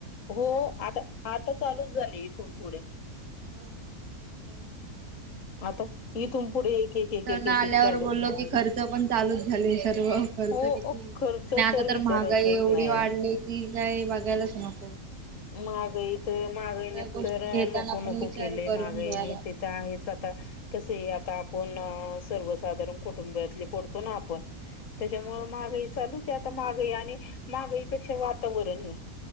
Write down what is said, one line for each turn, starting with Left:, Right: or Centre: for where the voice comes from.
Left: हो आता आता चालूच झाले इथून पुढे
Right: हो ना ठीक आहे
Left: आता
Right: आणि
Left: इथून पुढे एक एक एक
Right: सण
Left: एक एक
Right: आल्यावर
Left: एक चालू
Right: बोललो की खर्च पण चालूच झाले सर्व खर्च
Left: हो
Right: किती
Left: खर्च
Right: आणि आता तर
Left: विचारायचंच
Right: महागाई एवढी
Left: नाही.
Right: वाढली की काय बघायलाच नको.
Left: महागाई तर महागाईने
Right: सगळ्या गोष्टी
Left: तर
Right: घेताना
Left: नको
Right: पण
Left: नको
Right: विचार
Left: केले
Right: करून
Left: माहागाईनी
Right: घ्यायला
Left: ते ते तर आहेच आता कसे आता आपण सर्वसाधारण कुटुंबातले पडतो ना आपण. त्याच्यामुळे
Right: हा
Left: महागाई चालूच आहे आता माहागाई आणि महागाईपेक्षा वातावरण हे